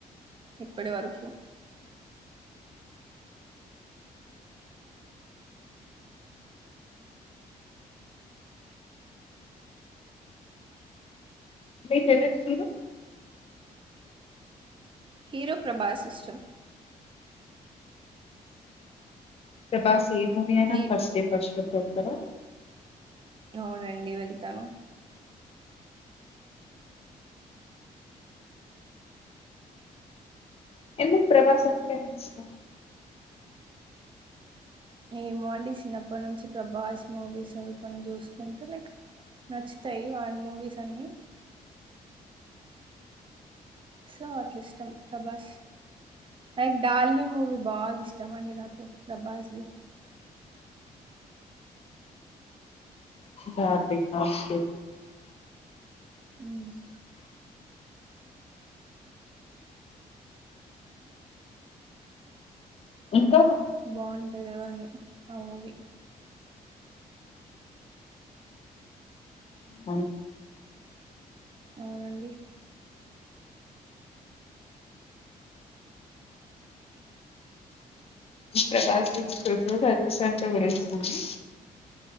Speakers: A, on the right; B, on the left.
A: ఇప్పటి వరకు
B: మీ ఫేవరెట్ హీరో
A: హీరో ప్రభాస్ ఇష్టం
B: ప్రభాస్ ఏ మూవీ అయినా
A: మీ
B: ఫస్ట్ డే ఫస్ట్ షో కేల్ తరా
A: అవునండి వెళ్తాను
B: ఎందుకు ప్రభాస్ అంటేనే ఇష్టం
A: ఏమో అండి చిన్నప్పటి నుంచి ప్రభాస్ మూవీస్, అవి కొన్ని చూసుకుంటూ లైక్ నచ్చుతాయి వాన్ మూవీస్ అన్నీ. సో అట్లా ఇష్టం ప్రభాస్ లైక్ డార్లింగ్ మూవీ బాగా ఇష్టం అండి నాకు ప్రభాస్ ది
B: బార్లింగ్ ఓకే
A: ఉమ్
B: ఇంకా
A: బాండ్ కథవన్నీ అవువి
B: అవు
A: అవునండి
B: ప్రకాష్ ది సోషల్ సర్వీస్ అంటే కూడా ఇస్తాము